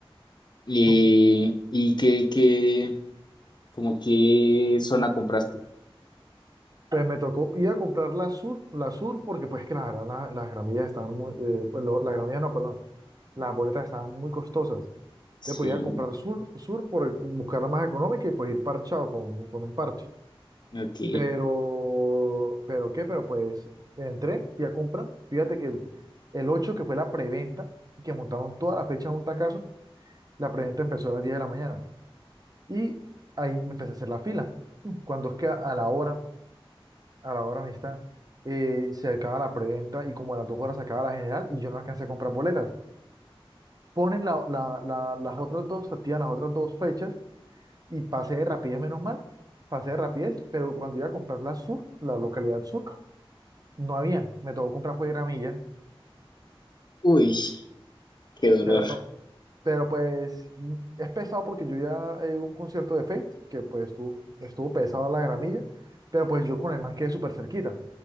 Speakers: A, on the left; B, on the right.
A: ¿Y,
B: Hmm,
A: y qué, qué, como qué zona compraste?
B: Pues me tocó ir a comprar la Sur, la Sur porque pues claro, la- las gramillas estaban muy, eh, pues, lo- las gramillas no, perdón, las boletas estaban muy costosas. Te
A: Sí,
B: podía comprar Sur, Sur por buscarla más económica y pues ir parchado con, con un parche.
A: ok.
B: Pero, pero qué, pero pues entré, fui a comprar. Fíjate que el ocho que fue la preventa, que montaron toda la fecha de un tacazo, la preventa empezó a las 10 de la mañana. Y ahí me empecé a hacer la fila. Cuando es que a a la hora a la hora amistad, eh, se acaba la preventa y como a las dos horas se acaba la general y yo no alcancé a comprar boletas. Ponen la- la- la- las otras dos, se activan las otras dos fechas y pasé de rapidez, menos mal, pasé de rapidez, pero cuando iba a comprar la sur, la localidad sur, no habían, me tocó comprar fue gramilla,
A: Uy, qué dolor.
B: o sea, de todo. Pero pues mm, es pesado porque yo ya eh, un concierto de Fate, que pues estuvo, estuvo pesado la gramilla, pero pues yo con el man quedé súper cerquita.